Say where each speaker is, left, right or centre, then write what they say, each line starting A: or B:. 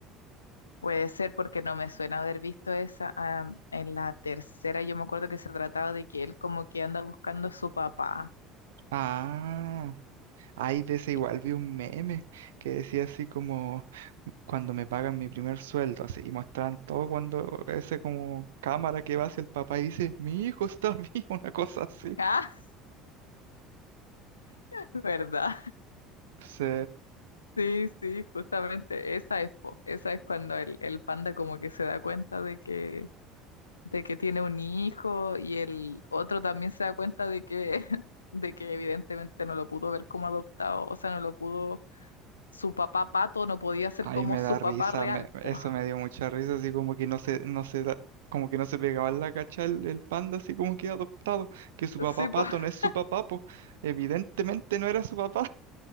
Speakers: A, on the left (about 80°); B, on the right (about 65°).
A: Puede ser porque no me suena haber visto esa. Ah, en la tercera yo me acuerdo que se trataba de que él como que anda buscando a su papá.
B: Ah, ay, de esa igual
A: Y-
B: vi un meme que decía así como... cuando me pagan mi primer sueldo, así, y mostraban todo cuando ese como cámara que va hacia el papá y dice, mi hijo está vivo, <laughs> una cosa así.
A: Ah, <laughs> ¿verdad?
B: sí
A: Sí, sí, justamente esa es, po, esa es cuando el, el panda como que se da cuenta de que, de que tiene un hijo y el otro también se da cuenta de que, <laughs> de que evidentemente no lo pudo ver como adoptado, o sea, no lo pudo, su papá pato no podía ser
B: ahí
A: como
B: me
A: su
B: da risa,
A: papá real,
B: me-
A: po.
B: eso me dio mucha risa, así como que no se, no se da, como que no se pegaba en la cacha el, el panda, así como que adoptado, que su papá
A: Sí,
B: pato
A: po, <laughs>
B: no es su papá, po. Evidentemente no era su papá,